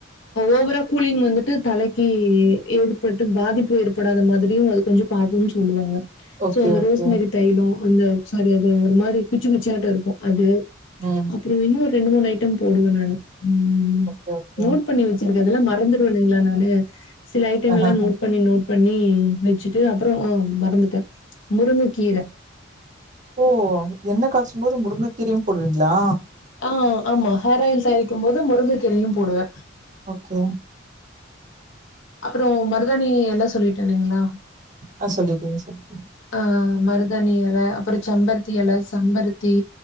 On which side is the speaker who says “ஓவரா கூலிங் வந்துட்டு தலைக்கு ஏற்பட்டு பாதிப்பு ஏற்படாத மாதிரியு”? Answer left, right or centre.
Left